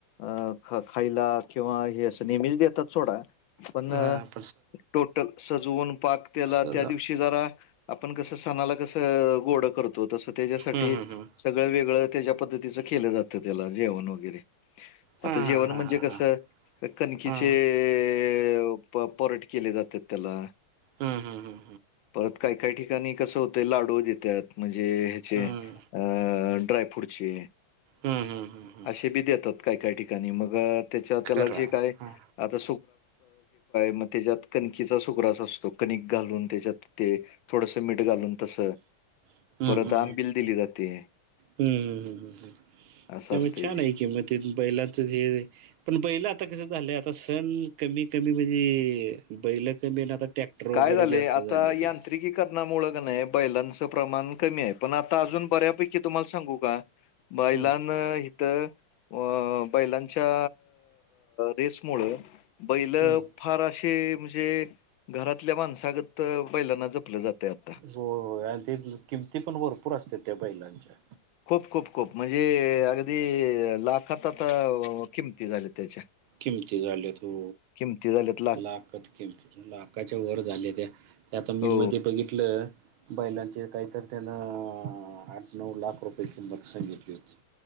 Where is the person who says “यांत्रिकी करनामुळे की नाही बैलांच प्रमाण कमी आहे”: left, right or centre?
Left